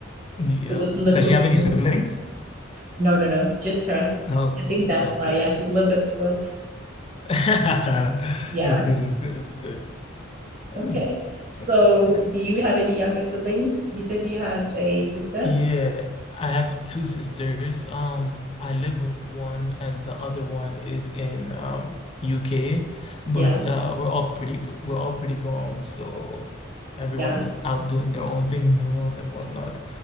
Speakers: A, on the left (about 30°); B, on the right (about 40°).
A: Yeah.
B: to this little
A: Does she
B: human.
A: have any siblings?
B: No, no, no, just her.
A: Okay,
B: I think that's
A: okay,
B: why, yeah,
A: okay.
B: she's a little bit spoiled.
A: <laughs>
B: Yeah.
A: It's good, it's good, it's good. Oh,
B: Okay. So
A: it- that's,
B: do you have any younger siblings? You said you had a sister?
A: yeah, I have two sisters. Um, I live with one and the other one is in um UK, but
B: Yeah,
A: uh we're all pretty gr- we're all pretty grown, so everyone's
B: yeah,
A: out doing their own thing in the world and whatnot.